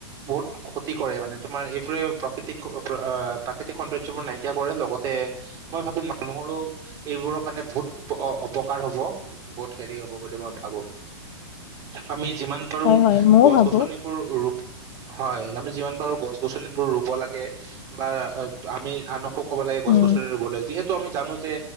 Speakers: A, on the right; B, on the left.
A: বহুত ক্ষতি কৰে মানে তোমাৰ এইবোৰে প্ৰাকৃতিক প্ৰাকৃতিক সৌন্দৰ্য বোৰ নাইকিয়া কৰে লগত লগতে মই ভাবো মানুহৰো এইবোৰৰ কাৰণে বহুত উপ অ অপকাৰ হ'ব বহুত হেৰি হব বুলি মই ভাবো আমি যিমান পাৰো
B: হয় হয় ময়ও
A: গছ
B: ভাবো
A: গছনিবোৰ ৰূপ হয় আমি যিমান পাৰো গছ গছনিবোৰ ৰুব লাগে বা আমি আনকো কব লাগে গছ
B: উম
A: গছনি ৰুবলৈ যিহেতু আমি জানো যে